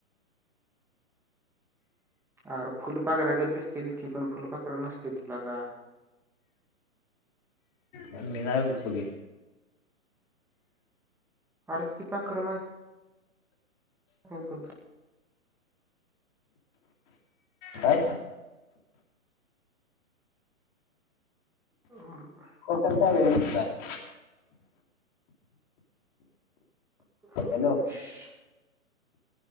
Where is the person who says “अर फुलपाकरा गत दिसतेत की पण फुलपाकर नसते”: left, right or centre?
Centre